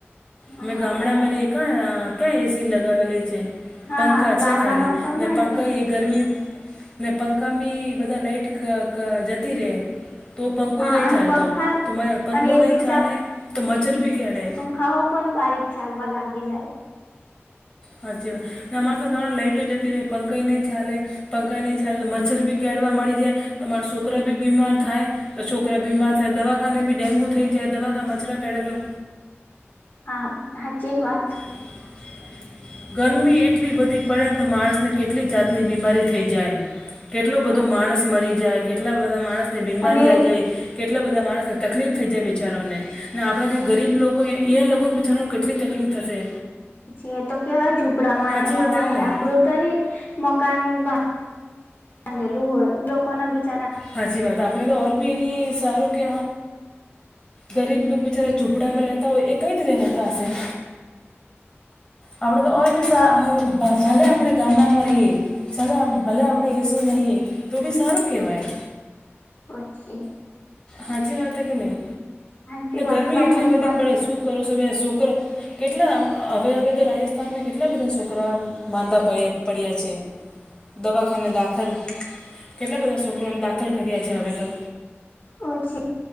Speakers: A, on the left; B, on the left.
A: હા
B: અમે
A: હા
B: ગામડામાંરીએ
A: બરાબર
B: ક ક્યાં એસી લગાવેલી છે.
A: હા
B: પંખા છે
A: ગામડામાં
B: ખાલી
A: તો
B: ને
A: નઈ
B: પંખા એક. ગરમી ને પંખા બી બધા લાાઈટ જતી રહે. તો પંખો
A: હા
B: નહીં
A: અને
B: ચાલતો
A: પંખા
B: તો મ પંખો
A: અને એસી
B: નહીં ચાલે તો મચ્છર બી કેળે.
A: હા હોો પણ બારીક ચાલવા લાગી જાય.
B: હાચીવા એમારે તો ઘણો લાઈટો જતી ર રહે પંખ નહીં ચાલે. પંખા નહીં ચા મચ્છર બી કેઢવા મળી જાય તમારા છોકરા બી બીમાર થાય. તો છોકરા બીમાર થાય દવાખાને બી ડેન્ગુ થઈ જાય દવાખા મચરા કેે તો.
A: હા, હાચી જ વાત.
B: <unintelligible> ગરમી એટલી બધી પડે ને તો માણસને કેટલી જાતની બીમારી થઈ જાય. કેટલો બધો
A: પછી
B: માણસ મરી જાય કેટલા બધા માણસની બીમારી
A: અને
B: આવી જાય. કેટલા બધા માણસને તકલીફ થઈ જાય બિચારોને ને આપણાથી
A: પછી
B: ગરીબ લોકો એ. યા લગો તો બચારામાં કેટલી તકલીફ થશે.
A: પછી એ તો કેવા ઝૂપડા માનેવા
B: સાચી વાત
A: મારે
B: છે કે નહીં
A: આપડું? મકાન બાંધેલું હોય લોકો ના બી.
B: સાચી વાત, આપને તો ભી સારું કે ગરીબ લોકો બિચારા ઝૂપડામાં રહેતા હોય, એ કઈ રીતે રહેતા હશે? આપણેે તો ઓર બી ભલે, આપણે ગામડામાં રહીએ. ભલે આપણે એસી નઈએ તો બી સારું કેવાય.
A: પછી.
B: સાચી વાત કે નહીં?
A: હાચી વાત
B: ગરમી
A: તમારી
B: એટલી બધી
A: પણ
B: પડે, શું કરો છો ભાઈ છોકરા? કેટલા હવે હવે તો રાજસ્થાનમાં કેટલા બધા છોકરા માંદા પડ્યા છે. દવાખાને દાખલ, કેટલા બધા છોકરોને દાખલ કર્યા છે હવે તો.
A: પછી